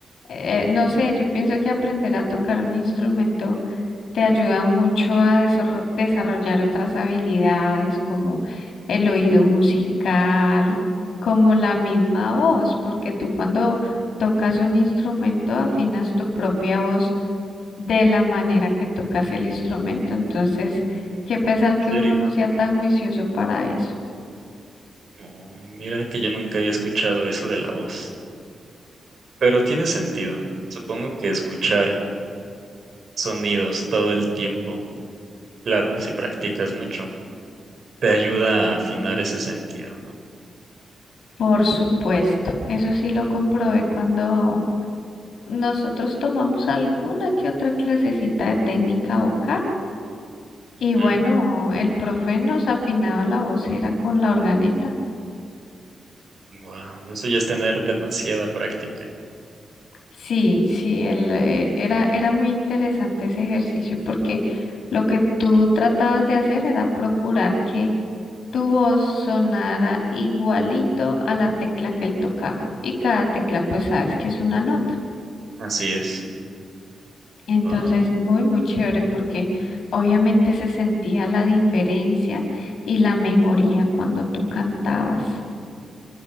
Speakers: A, on the left (about 75°); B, on the right (about 55°).
A: eh, no sé, yo pienso que aprender a tocar un instrumento te ayuda mucho a desor- desarrollar otras habilidades como el oído musical, como la misma voz, porque tú cuando tocas un instrumento afinas tu propia voz de la manera que tocas el instrumento. Entonces, qué pesar
B: serio?
A: que uno no sea tan juicioso para eso.
B: Ay, mira que yo nunca había escuchado eso de la voz. Pero tiene sentido. Supongo que escuchar sonidos todo el tiempo, claro, si practicas mucho, te ayuda a afinar ese sentido, ¿no?
A: Por supuesto, eso sí lo comprobé cuando Nosotros tomamos alguna que otra clasecita de técnica vocal
B: Ujú.
A: y bueno, el profe nos afinaba la voz, era con la organeta.
B: Wow, eso ya es tener demasiada práctica.
A: Sí, sí, él, eh, era, era muy interesante ese ejercicio porque lo que tú tratabas de hacer era procurar que tu voz sonara igualito a la tecla que él tocaba y cada tecla pues sabes que es una nota.
B: Así es.
A: Entonces,
B: Wow.
A: muy, muy chévere porque obviamente se sentía la diferencia y la mejoría cuando tú cantabas.